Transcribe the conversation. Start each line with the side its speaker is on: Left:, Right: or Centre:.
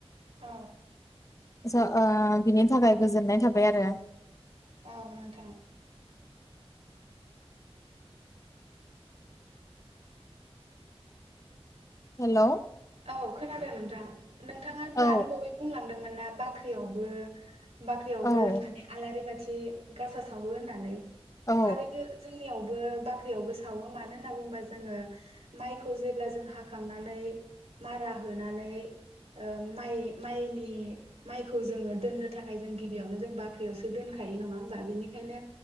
Right: औ।
Left: ओ बिनि थाखाय गोजोननाय थाबाय आरो।
Right: औ नोंथां।
Left: हेल'।
Right: औ खोनादों नोंथां। नोंथाङा
Left: औ
Right: दानि बावै बुंलां दोंमोनना बाख्रियावबो बाख्रियावबो
Left: औ
Right: माने आलारि बाथि ए गासा सावो होननानै।
Left: औ
Right: थारैनो जोंनियाव। बाख्रियावबो सावो मानो होनना बुङोबा जोङो माइखौ जेब्ला जों हाखांनानै। मारा होनानै माइ माइनि माइखौ जोङो दोननो थाखाय जों गिबियावनो जों बाख्रियावसो दोनखायो नङा होमबा बेनि बेखायनो